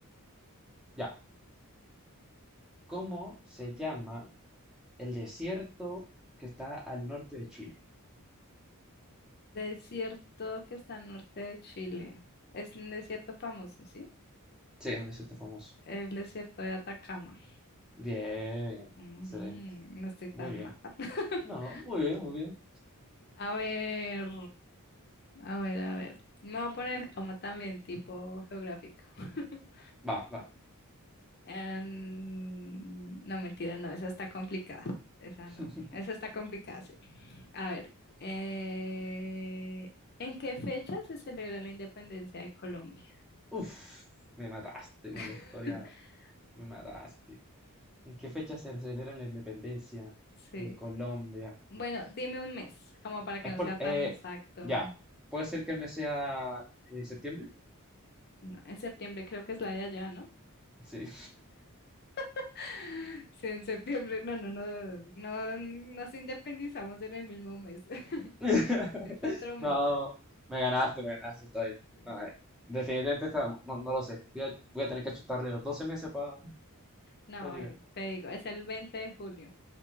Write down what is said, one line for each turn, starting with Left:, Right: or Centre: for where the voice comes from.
Centre: ya, ¿cómo se llama el desierto que está al norte de Chile?
Left: Desierto que está al norte de Chile. Es un desierto famoso, ¿sí?
Centre: Sí, es un desierto famoso.
Left: El desierto de Atacama.
Centre: Bien,
Left: Mm,
Centre: excelente.
Left: no estoy tan
Centre: Muy bien.
Left: mal. <laughs>
Centre: No, muy bien, muy bien.
Left: A ver, a ver, a ver. Me voy a poner como también tipo geográfico. <laughs>
Centre: Va, va.
Left: Em, no, mentira, no, esa está complicada. Esa no,
Centre: <laughs>
Left: esa está complicada, sí. A ver, eh, ¿en qué fecha se celebra la independencia de Colombia?
Centre: Uf, me mataste
Left: <laughs>
Centre: con la historia, me mataste. ¿En qué fecha se celebra la independencia?
Left: Sí.
Centre: En Colombia.
Left: Bueno,
Centre: Es
Left: dime un mes, como para que
Centre: Es
Left: no
Centre: por,
Left: sea tan
Centre: eh,
Left: exacto.
Centre: ya, puede ser que el mes sea eh, septiembre.
Left: No, en septiembre creo que es la de allá, ¿no?
Centre: Sí.
Left: <laughs> Sí, en septiembre, no, no, no, no nos independizamos en el mismo mes. <laughs>
Centre: <laughs>
Left: Es otro mes.
Centre: No, me ganaste, me ganaste, está
Left: <laughs>
Centre: bien. No,
Left: Sí.
Centre: eh, definitivamente está, no, no lo sé. Voy a, voy a tener que chutarle los 12 meses para
Left: No,
Centre: llegar.
Left: ven, te digo, es el 20 de julio.